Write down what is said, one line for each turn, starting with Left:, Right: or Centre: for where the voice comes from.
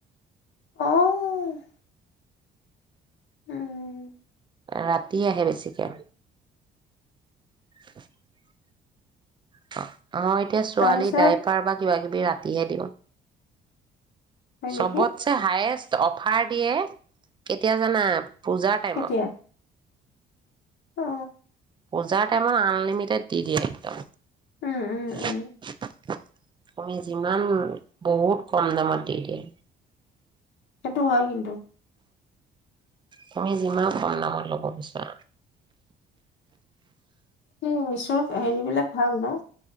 Left: অ'। উম,
Right: ৰাতি আহে বেছিকে। <inaudible> <unintelligible> অ', এতিয়া ছোৱালী
Left: তাৰপিছত
Right: দাইপাৰ বা কিবা কিবি ৰাতিহে দিওঁ।
Left: হয়
Right: চবতছে
Left: নেকি
Right: হায়েষ্ট অফাৰ দিয়ে কেতিয়া জানা? পূজাৰ টাইমত।
Left: কেতিয়া? অ।
Right: পূজাম আনলিমিটেড দি দেযে একদম।
Left: উম, উম, উম,
Right: <inaudible> আমি যিমান বহুত কম দামত দি দিয়ে।
Left: সেইটো হয় কিন্তু
Right: তুমি যিমান দায়ত লব বিচৰা
Left: অও মিচত হেৰি বিলাক ভাল ন